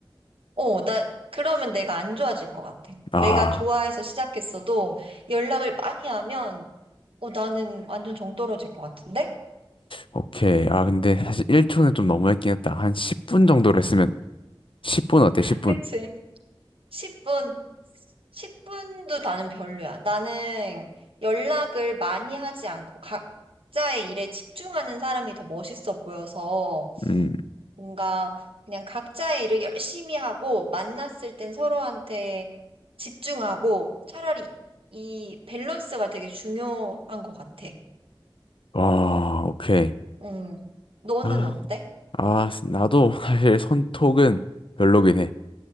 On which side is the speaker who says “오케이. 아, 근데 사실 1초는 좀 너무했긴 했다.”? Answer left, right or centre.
Left